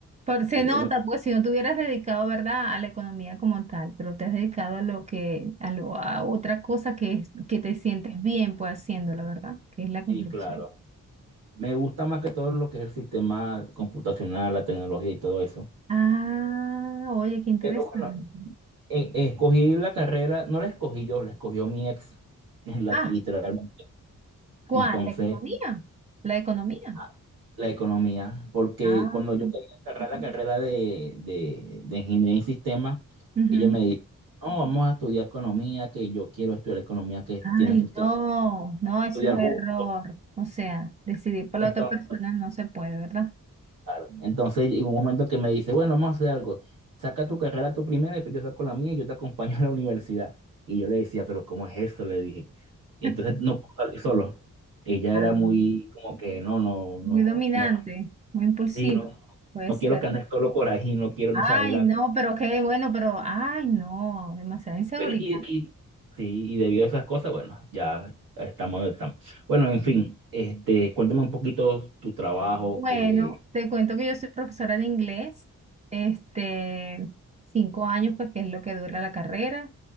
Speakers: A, on the right; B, on the right.
A: Por, se
B: sí,
A: nota,
B: es lo-
A: pues si no te hubieras dedicado, ¿verdad?, a la economía como tal, pero te has dedicado a lo que, a lo, a otra cosa que es, que te sientes bien, pues haciéndolo, ¿verdad? Que es la construcción.
B: sí, claro. Me gusta más que todo lo que es el sistema computacional, la tecnología y todo eso.
A: Ah, oye, qué interesante.
B: Pero bueno, e- escogí la carrera, no la escogí yo, la escogió mi ex, <laughs> la-
A: Ah,
B: literalmente.
A: ¿Cuál?
B: Entonces,
A: ¿La economía? ¿La economía?
B: a- la economía, porque
A: Ah,
B: cuando yo quería agarrar la carrera de, de, de ingeniería en sistemas,
A: ujú.
B: ella me dice, no, vamos a estudiar economía, que yo quiero estudiar economía, que
A: Ay,
B: tienes que estudiar
A: no, no, eso
B: justo.
A: es error. O sea, decidir por
B: Entonces,
A: la otra persona no se puede, ¿verdad?
B: claro, entonces en un momento que me dice, bueno, vamos a hacer algo, saca tu carrera tú primero, después yo saco la mía y yo te acompaño <laughs> a la universidad. Y yo le decía, pero ¿cómo es eso? Le dije. Entonces
A: <laughs>
B: no puedo salir solo. Ella
A: Ah,
B: era muy como que no, no, no,
A: Muy dominante,
B: no
A: muy impulsivo,
B: Sí, no,
A: puede
B: no
A: ser.
B: quiero que andes solo por ahí, no quiero, no
A: Ay,
B: sé, era...
A: no, pero qué bueno, pero, ay, no, demasiada inseguridad.
B: Bueno, y, y, sí, y debido a esas cosas, bueno, ya estamos donde estamos. Bueno, en fin, este, cuéntame un poquito tu trabajo,
A: Bueno,
B: que,
A: te cuento que yo soy profesora de inglés, este, cinco años, pues que es lo que dura la carrera.